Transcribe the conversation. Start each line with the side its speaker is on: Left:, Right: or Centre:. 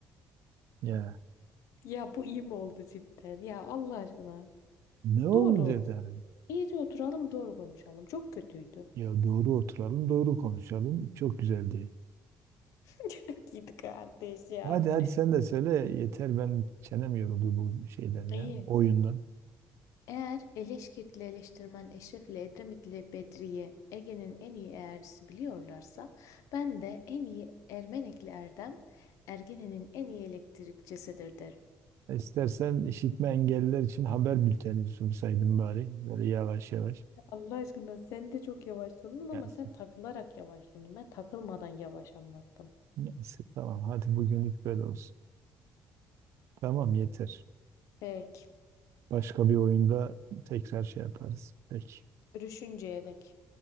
Right: Ya
Left: Ya bu iyi mi oldu cidden? Ya Allah aşkına.
Right: ne olmayacak
Left: Doğru.
Right: yani?
Left: İyice oturalım doğru konuşalım. Çok kötüydü.
Right: Ya doğru oturalım, doğru konuşalım. Çok güzeldi.
Left: <laughs> Çok iyiydi kardeş ya.
Right: Hadi hadi sen de söyle yeter benim çenem yoruldu bu şeyden
Left: İyi.
Right: ya oyundan.
Left: Eğer Eleşkirtli eleştirmen Eşref ile Edremitli Bedriye Ege'nin en iyi eğercisi biliyorlarsa ben de en iyi Ermenekli Erdem Ergene'nin en iyi elektrikçisidir derim.
Right: İstersen işitme engelliler için haber bülteni sunsaydım bari böyle yavaş yavaş.
Left: Allah aşkına sen de çok yavaş sundun ama
Right: Yani
Left: sen takılarak yavaş sundun. Ben takılmadan yavaş anlattım.
Right: Neyse tamam hadi bugünlük böyle olsun. Tamam yeter.
Left: Peki.
Right: Başka bir oyunda tekrar şey yaparız. Peki.
Left: Görüşünceye dek.